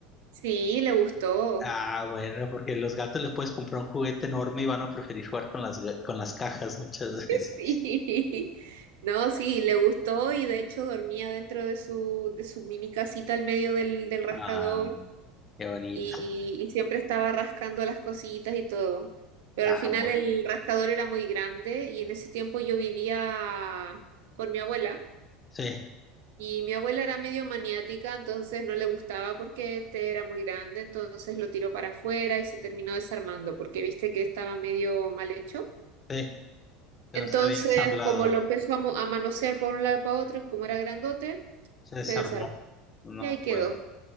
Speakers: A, on the right; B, on the left.
A: Sí, le gustó.
B: Ah, bueno, porque los gatos les puedes comprar un juguete enorme y van a preferir jugar con las, ga- con las cajas muchas <laughs>
A: <laughs>
B: veces.
A: Sí. No, sí, le gustó y de hecho dormía dentro de su, de su mini casita al medio del, del rascador
B: Ah, qué bonito.
A: y, y siempre estaba rascando las cositas y todo. Pero
B: Ah,
A: al final
B: bueno.
A: el rascador era muy grande y en ese tiempo yo vivía con mi abuela
B: Sí,
A: y mi abuela era medio maniática, entonces no le gustaba porque este era muy grande, entonces lo tiró para afuera y se terminó desarmando porque viste que estaba medio mal hecho.
B: sí, pero
A: Entonces,
B: está bien ensamblado.
A: como lo empezamos a mo- a manosear por un lado y para otro, y como era grandote,
B: Se desarmó.
A: se desarmó.
B: No,
A: Y ahí quedó.
B: pues no.